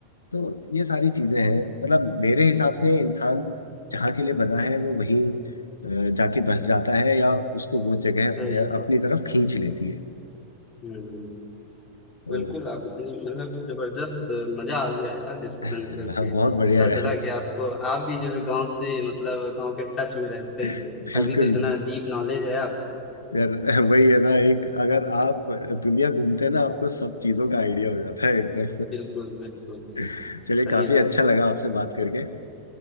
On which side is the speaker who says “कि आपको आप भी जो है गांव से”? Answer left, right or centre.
Left